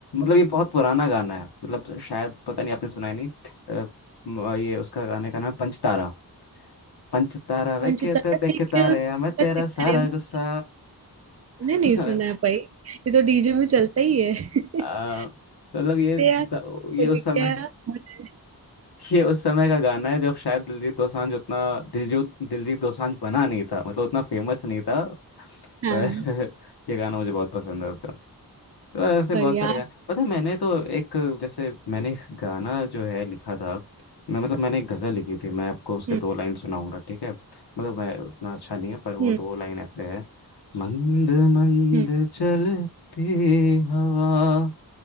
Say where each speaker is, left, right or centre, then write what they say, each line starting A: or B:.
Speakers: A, on the left; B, on the right.
A: मतलब ये बहुत पुराना गाना है मतलब शायद पता नहीं आपने सुना है नहीं अ, म- ये उसका गाने का नाम है पंचतारा पंचतारा
B: पंचतंत्र
A: वे कहते देख
B: के
A: तारे
B: उत्पत्त
A: मैं तेरा
B: करे
A: सारा
B: मस्त-
A: गुस्सा
B: नहीं नहीं
A: <laughs>
B: सुना है भाई ये तो डीजे में चलता ही है
A: आ,
B: <laughs>
A: तो मतलब ये
B: तेरा खुल
A: ये उस
B: गया
A: समय
B: मुझे
A: ये उस समय का गाना है जब शायद दिलजीत दोसांझ उतना दिलजीत दिलजीत दोसांझ बना नहीं था मतलब उतना फेमस नहीं था
B: हाँ
A: पर <laughs> ये गाना मुझे बहुत पसंद है उसका तो ऐसे
B: बढ़िया
A: बहुत सारे
B: आप-
A: गाने पता है मैंने तो एक जैसे मैंने एक गाना जो है लिखा था मैं मतलब मैंने एक गज़ल लिखी थी मैं आपको उसके
B: हम्म
A: दो लाइन सुनाऊंगा ठीक है मतलब मैं उतना अच्छा नहीं है पर वो
B: हम्म
A: दो लाइन ऐसे है मंद मंद
B: हम्म
A: चलती हवा